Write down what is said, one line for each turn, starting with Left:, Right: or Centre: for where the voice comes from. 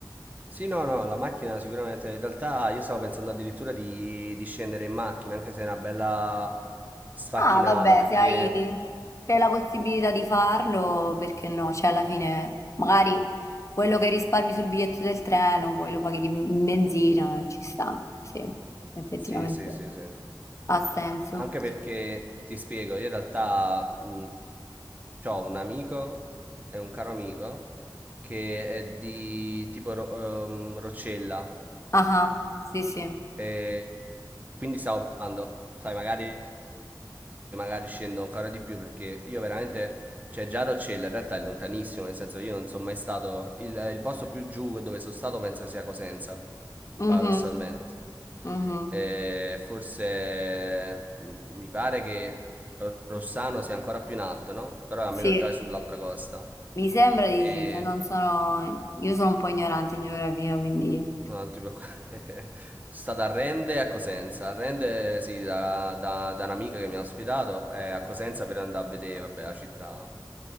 Right: Sì, no, no, la macchina sicuramente. In realtà io stavo pensando addirittura di, di scendere in macchina, anche se è una bella sfacchinata,
Left: Ah, vabbè,
Right: perché...
Left: se hai, se hai la possibilità di farlo, perché no? Cioè, alla fine, magari quello che risparmi sul biglietto del treno, poi lo paghi di in benzina, ci sta. Sì, effettivamente.
Right: Sì, sì, sì, sì.
Left: Ha senso.
Right: Anche perché, ti spiego, io in realtà ho un amico, è un caro amico, che è di tipo Ro- ehm, Roccella.
Left: Ah, ah, sì, sì.
Right: E quindi stavo provando, sai, magari, magari scendo ancora di più perché io veramente, cioè già Roccella in realtà è lontanissimo, nel senso io non sono mai stato, il, il posto più giù dove sono stato penso sia Cosenza,
Left: Mhm,
Right: paradossalmente.
Left: mhm.
Right: E forse mh, mi pare che Rossano sia ancora più in alto, no? Però è almeno
Left: Sì,
Right: già è sull'altra costa.
Left: mi sembra di
Right: E
Left: sì, se non sono... Io sono un po' ignorante in geografia, quindi...
Right: Ah, ti preoccupare. <laughs> Sta da Rende e a Cosenza. A Rende, sì, da, da- da un'amica che mi ha ospitato, e a Cosenza per andare a vedere, vabbè, la città.